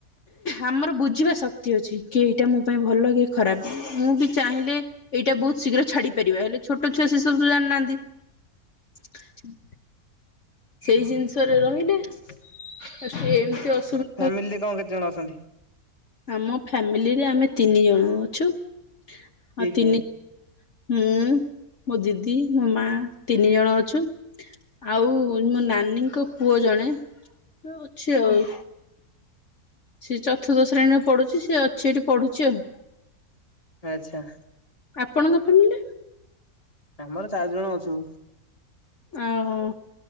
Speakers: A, on the left; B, on the left.
A: ଆମର ବୁଝିବା ଶକ୍ତି ଅଛି। କି ଏଇଟା ମୋ ପାଇଁ ଭଲ କି ଖରାପ, ମୁଁ ବି ଚାହିଁଲେ ଏଇଟା ବହୁ ଶୀଘ୍ର ଛାଡି ପାରିବା। ହେଲେ ଛୋଟ ଛୁଆ ସେ ସବୁତ ଜାଣିନାହାନ୍ତି। <inaudible> ସେଇ ଜିନିଷରେ ରହିଲେ, ଆ ସିଏ ଏମିତି ଅସୁବିଧା ହ
B: ଫାମିଲି ରେ କଣ କେତେଜଣ ଅଛନ୍ତି?
A: ଆମ ଫ୍ୟାମିଲିରେ ଆମେ ତିନି ଜଣ ଅଛୁ। ଆଉ
B: କିଏ କିଏ
A: ତିନି ମୁଁ, ମୋ ଦିଦି, ମୋ ମା ତିନି ଜଣ ଅଛୁ। ଆଉ ମୋ ନାନୀଙ୍କ ପୁଅ ଜଣେ ହଁ ଅଛି ଆଉ। ସେ ଚତୁର୍ଥ ଶ୍ରେଣୀରେ ପଢୁଛି। ସିଏ ଅଛି ଏଠି ପଢୁଛି ଆଉ।
B: ଆଚ୍ଛା।
A: ଆପଣଙ୍କ ଫ୍ୟାମିଲି?
B: ଆମର ଚାରି ଜଣ ଅଛୁ।
A: ଆଉ,